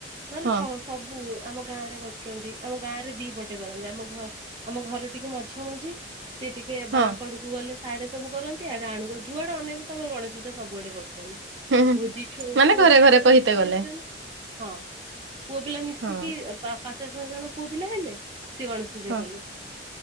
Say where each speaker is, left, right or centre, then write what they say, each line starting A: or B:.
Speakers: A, on the right (about 30°); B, on the right (about 80°).
A: ନହେଲେଛ
B: ହଁ
A: ସବୁ ଆମ ଗାଁ ରେ କରୁଛନ୍ତି ଆମ ଗାଁ ରେ ଦିପଟେ କରନ୍ତି ଆମ ଘ ଆମ ଘର ଟିକେ ମଝିଆ ମଝି ସେ ଟିକେ
B: ହଁ
A: ବାଁ କଡୁକୁ କୁ ଗଲେ ସିଆଡେ ସବୁକରନ୍ତି ଇଆଡେ ଆଣୁ ଯୁଆଡେ ଅନେଇବୁ ତ ଗଣେଶ ପୂଜା ସବୁଆଡେ କରୁଛନ୍ତି।
B: ହୁଁ ହୁଁ
A: ଭୋଜି ଛୋ
B: ମାନେ
A: ପୁଅ
B: ଘରେ
A: ପିଲା
B: ଘରେ
A: ଗୁରା
B: କହିତେ
A: ମିଶି
B: ଗଲେ
A: ଯାଉଛନ୍ତି ହଁ। ପୁଅପିଲା ମିଶିକି
B: ହଁ
A: ପାଞ୍ଚ ଛଅଜଣ ପୁଅପିଲା ହେଲେ ସେ ଗଣେଶ ପୂଜା
B: ହଁ
A: କଲେ